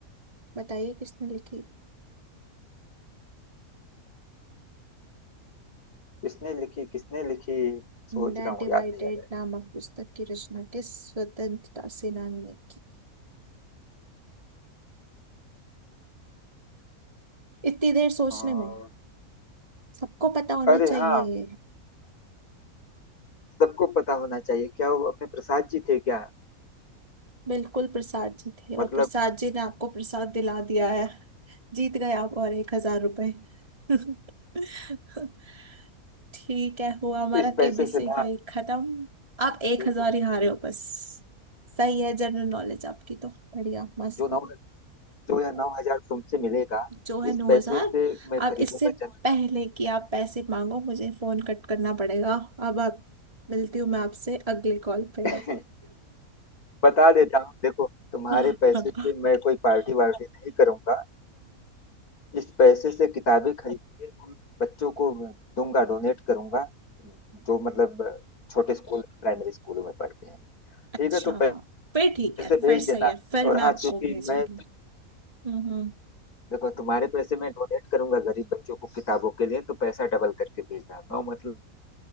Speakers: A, on the right; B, on the left.
A: बताइए किसने लिखी
B: किसने लिखी किसने लिखी
A: इंडिया
B: सोच रहा हूँ
A: डिवाइडेड
B: याद नहीं आ रहा
A: नामक पुस्तक की रचना किस स्वतंत्रता सेनानी ने की इतनी देर सोचने
B: है और
A: में सबको पता होना
B: अरे
A: चाहिए
B: हाँ सबको पता होना चाहिए क्या वो अपने प्रसाद जी थे क्या
A: बिल्कुल प्रसाद जी थे
B: मतलब
A: और प्रसाद जी ने आपको प्रसाद दिला दिया है जीत गए आप और एक हजार रुपए <laughs> ठीक है हुआ हमारा
B: इस पैसे
A: केबीसी
B: से ना
A: यही खत्म आप एक
B: देखो
A: हजार ही हारे हो बस सही है जनरल नॉलेज आपकी तो बढ़िया मस्त
B: जो नौ जो यह नौ हजार तुमसे मिलेगा
A: जो है
B: इस
A: नौ
B: पैसे
A: हजार
B: से मैं
A: अब
B: खरीदूंगा
A: इससे पहले कि आप पैसे मांगो मुझे फोन कट करना पड़ेगा अब आप मिलती हूँ मैं आपसे अगले कॉल पे
B: चंद <laughs> बता देता हूँ देखो तुम्हारे
A: हम्म
B: पैसे से मैं कोई पार्टी वार्टी नहीं करूंगा इस पैसे से किताबें खरीद के उन बच्चों को दूंगा डोनेट करूंगा जो मतलब छोटे स्कूल प्राइमरी स्कूलों में पढ़ते हैं
A: अच्छा
B: ठीक है तो
A: फिर
B: पैसे
A: ठीक है फिर
B: भेज
A: सही
B: देना
A: है फिर
B: और
A: मैं
B: हाँ
A: आपको
B: चूंकि
A: भेजूंगी
B: मैं
A: हम्म
B: देखो तुम्हारे पैसे मैं डोनेट करूंगा गरीब बच्चों को किताबों के लिए तो पैसा डबल करके भेजना नौ मतलब